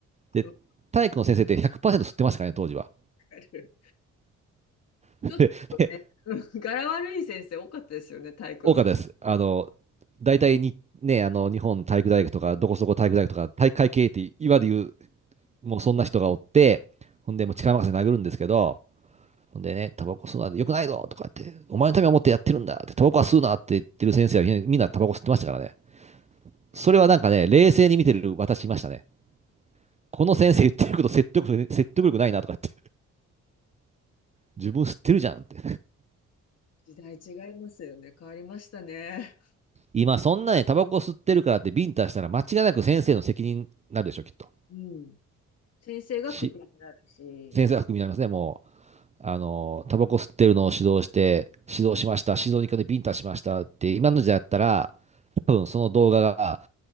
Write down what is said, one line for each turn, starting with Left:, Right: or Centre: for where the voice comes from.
Right: で、
Left: う。わ
Right: 体育の先生って100%吸ってましたからね、当時は。
Left: かる。
Right: <laughs>
Left: ちょっとね、
Right: で、
Left: うん柄悪い先生多かったですよね、体育の
Right: 多かったです。あの、大体に、ね、あの、日本体育大学とか、どこそこ体育大学とか、体育会系って今で言う、もうそんな人がおって、ほんで、もう力任せに殴るんですけど、ほんでね、タバコ吸うのは良くないぞとかって、お前のためを思ってやってるんだって、タバコは吸うなって言ってる先生はみんなみんなタバコ吸ってましたからね。それはなんかね、冷静に見てる私いましたね。この先生言ってること説得力、説得力ないなとかって、自分吸ってるじゃんって。
Left: 時代違いますよね。変わりましたね。
Right: 今そんなにタバコ吸ってるからってビンタしたら間違いなく先生の責任になるでしょ、きっと。
Left: うん。先生がクビになるし、
Right: し、先生が含みになりますね、もう。あの、タバコ吸ってるのを指導して、指導しました、指導に行かでビンタしましたって、今の時代だったら、多分その動画が